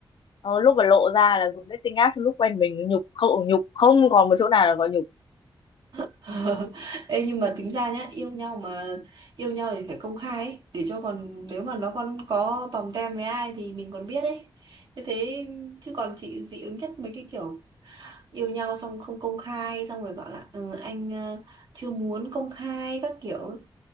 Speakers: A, on the left; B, on the right.
A: ờ, lúc mà lộ ra là dùng dating app lúc quen mình nhục không nhục không còn một chỗ nào là gọi nhục
B: <laughs> Ờ, Ê, nhưng mà tính ra nhá yêu nhau mà yêu nhau thì phải công khai ấy, để cho còn nếu mà nó còn có tòm tem với ai thì mình còn biết ấy như thế chứ còn chị dị ứng nhất mấy cái kiểu yêu nhau xong không công khai xong rồi bảo là ừ, anh ờ, chưa muốn công khai các kiểu